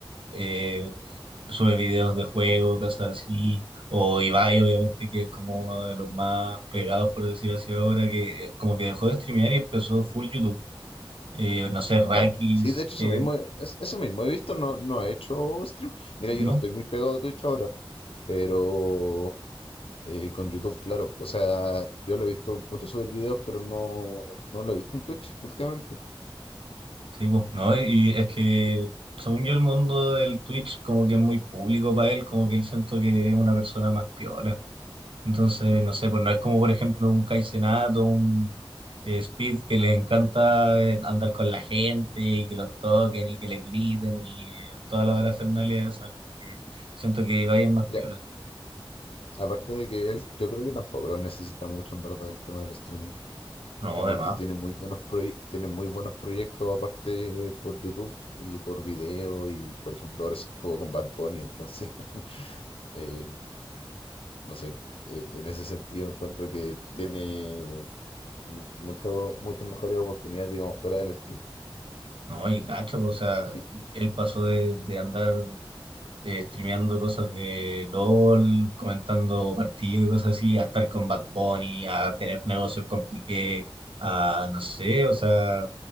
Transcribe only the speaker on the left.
Claro. Sí, de hecho,
eso mismo, es- eso mismo he visto, no, no ha hecho stream. Mira,
yo no estoy muy pegado a Twitch ahora, pero eh, con YouTube, claro. O sea, yo lo he visto mucho subir videos, pero no, no lo he visto en Twitch últimamente.
Ya,
aparte de que él, yo creo que tampoco lo necesita mucho, en verdad, el tema del streaming.
Como
que tiene
muy buenos proye- tiene muy buenos proyectos aparte por YouTube y por video y por ejemplo ahora estuvo con Bad Bunny, entonces <laughs> eh, No sé, eh, en ese sentido encuentro que
tiene
mu- mucho, muchas mejores oportunidades, digamos, fuera del stream.
Sí.